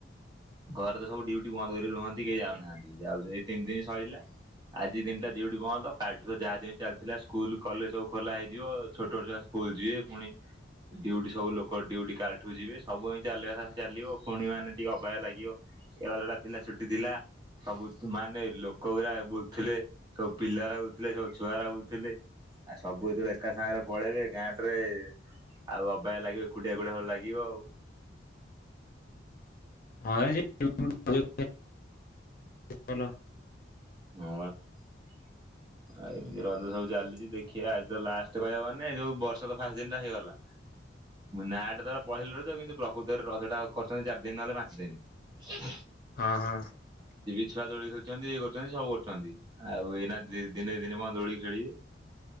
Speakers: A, on the right (about 25°); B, on the left (about 50°).
A: ଘରେ ତ ସବୁ ଡିଉଟି ବନ୍ଦ କରି ରୁହନ୍ତି କେହି ଯାଉନାହାନ୍ତି ଯାଉ ଏଇ ତିନି ଦିନ ସରିଲା ଆଜି ଦିନଟା ଡ୍ୟୁଟି ବନ୍ଦ କାଲିଠୁ ଯାହା ଯେମିତି ଚାଲିଥିଲା ସ୍କୁଲ କଲେଜ ସବୁ ଖୋଲା ହେଇଯିବ ଛୋଟ ଛୋଟ ଛୁଆ ସ୍କୁଲ ଯିବେ ପୁଣି ଡ୍ୟୁଟି ସବୁ ଲୋକ ଡ୍ୟୁଟି କାଲିଠୁ ଯିବେ ସବୁ ଚାଲଙ୍ଗେ ଚାଲିବ ପୁଣି ମାନେ ଟିକେ ଅବାଗିଆ ଲାଗିବ ଏ ଥିଲା ଛୁଟି ଥିଲା ସବୁ ମାନେ ଲୋକ ଗାଡା ବୁଲୁଥିଲେ ସବୁ ପିଲା ବୁଲୁଥିଲେ ସବୁ ଛୁଆ ଗୁଡ଼ା ବୁଲୁଥିଲେ ଆଉ ସବୁ ଯେତେବେଳେ ଏକା ସାଙ୍ଗରେ ପଳେଇବେ ଗାଁ ରେ ଆଉ ଅବାଗିଆ ଲାଗିବ ଏକୁଟିଆ ଏକୁଟିଆ ଭଳି ଲାଗିବ ଆଉ।
B: ହଁ ଯେ <unintelligible> ଟିକଲ।
A: ହଁ ବା ଆଉ ଏମିତି ରଜ ସବୁ ଚାଲିଛି ଦେଖିବା ଆଜି ତ ଲାଷ୍ଟ କହିବାକୁ ଗଲେ ଯୋଉ ବର୍ଷ ତ ଫାଷ୍ଟ ଦିନ ଟା ହେଇଗଲା ନାଁଟା ତାର ପହିଲି ରଜ କିନ୍ତୁ ପ୍ରକୃତରେ ରଜ ଟା କରୁଛନ୍ତି ଚାରି ଦିନ ନହେଲେ ପାଞ୍ଚ ଦିନ।
B: ହଁ ହଁ।
A: ଛୁଆ ଦୋଳି ଖେଳୁଛନ୍ତି ସବୁ କରୁଛନ୍ତି ଆଉ ଏଇନା ଦିନେ ଦି ଦିନ କଣ ଦୋଳି ଖେଳିବେ